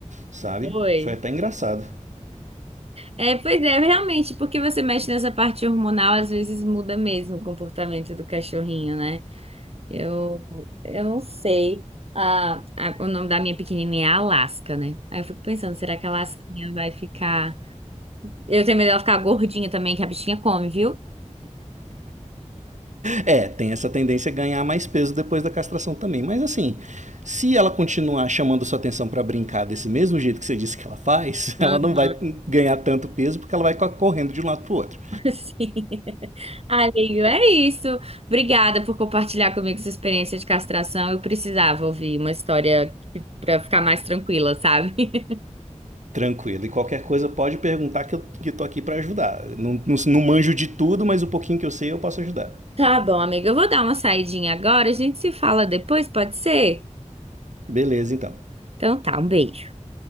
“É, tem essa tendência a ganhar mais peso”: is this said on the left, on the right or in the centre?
Right